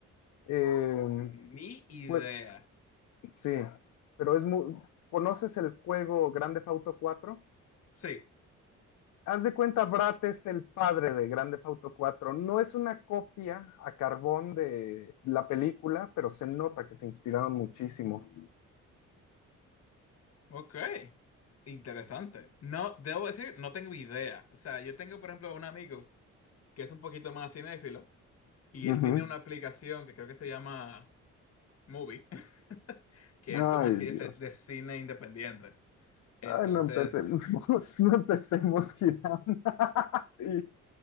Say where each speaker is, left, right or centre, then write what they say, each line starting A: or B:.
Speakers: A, on the left; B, on the left.
A: Eh,
B: Ni idea.
A: pues sí, pero es muy... ¿Conoces el juego Grand Theft Auto cuatro
B: Sí,
A: Haz de cuenta, Brat es el padre de Grand Theft Auto cuatro No es una copia a carbón de la película, pero se nota que se inspiraron muchísimo.
B: ok. Interesante. No, debo decir, no tengo idea. O sea, yo tengo, por ejemplo, un amigo que es un poquito más cinéfilo y
A: Ujú.
B: él tiene una aplicación que creo que se llama Movie, <laughs> que
A: Ay,
B: es como así de,
A: Dios.
B: de cine independiente. Entonces...
A: Ay, no empecemos, <laughs> no empecemos, Gilán. <laughs> Sí.